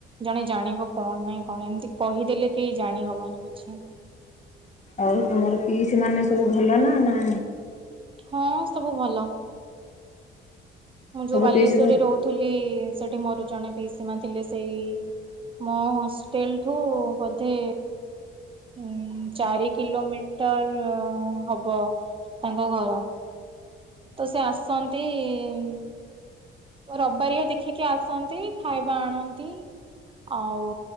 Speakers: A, on the right; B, on the left.
A: ଜଣେ ଜାଣିବ କଣ ନାଇଁ କଣ ଏମିତି କହିଦେଲେ କେହି ଜାଣିହବନି କିଛି।
B: ଆଉ ତମର ପିଇସି ମାନେ ସବୁ ଭଲ ନା ନା
A: ହଁ ସବୁ ଭଲ ମୁଁ
B: ସବୁ
A: ଯୋଉ ବାଲେଶ୍ଵରରେ
B: ପିଇସି ଘର
A: ରହୁଥିଲି ସେଠି ମୋର ଜଣେ ପିଇସି ମା ଥିଲେ ସେଇ ମୁଁ ହଷ୍ଟେଲ ଠୁ ବଧେ ଏଇଁ ଚାରି କିଲୋମିଟର ହବ ତାଙ୍କ ଘର ତ ସେ ଆସନ୍ତି ଇ ରବାରିଆ ଦେଖିକି ଆସନ୍ତି ଖାଇବା ଆଣନ୍ତି । ଆଉ